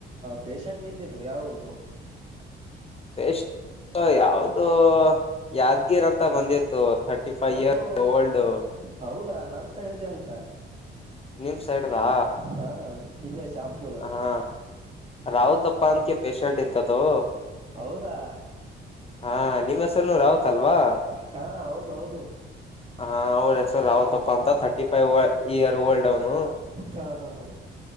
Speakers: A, on the right; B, on the left.
A: ಪೇಷಂಟ್ ಎಲ್ಲಿದ್ದು ಯಾವ್ರದು,
B: ಪೇ ಯಾವ್ದು ಯಾದ್ಗೀರ ಅಂತ ಬಂದಿತ್ತು. ಥರ್ಟಿ ಫೈವ್
A: ಹೌದು
B: ಇಯರ್ ಓಲ್ಡ್
A: ಹೌದಾ. ನಮ್ ಸೈಡ್ದೇ ಅಂತ.
B: ನಿಮ ಸೈಡ್ವಾ
A: ಹಾ ಇಲ್ಲೇ ಶಾಪುರ್
B: ಹಾ ರಾಹು ತ್ತಪ್ಪ ಅದ್ಕೇ ಪೇಶೆಂಟ್ ಇತ್ತು ಅದು.
A: ಹೌದಾ.
B: ಹಾ ನಿಮ್ಮ ಹೆಸರು ರಾವುತ್ ಅಲ್ವಾ.
A: ಹಾ ಹೌದೌದು
B: ಹಾ ಹೌದ- ಸರ್ ರಾವತಪ್ಪ ಅಂತ ಥರ್ಟಿ ಫೈವ ಇಯರ್ ಓಲ್ಡ್. ಹ್ಮ
A: ಹಾ ಹಾ ಹಾ